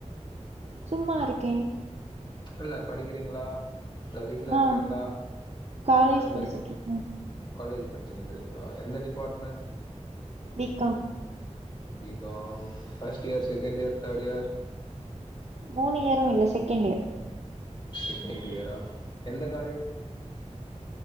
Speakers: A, on the right; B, on the left.
A: சும்மா இருக்கே
B: இல்ல படிக்கிறீங்களா இல்ல வீட்ல இருக்கறீங்களா
A: ஆ காலேஜ்
B: அந்த
A: படிச்சிட்ருக்கே
B: மாரி கேட் காலேஜ் படுச்சுன்னுருக்கிறீங்களா எந்த department
A: B Com
B: B Com first year second year third year
A: மூணு இயரு இல்ல செகேண்ட் இயர்
B: செகேண்ட் இயரா எந்த காலேஜ்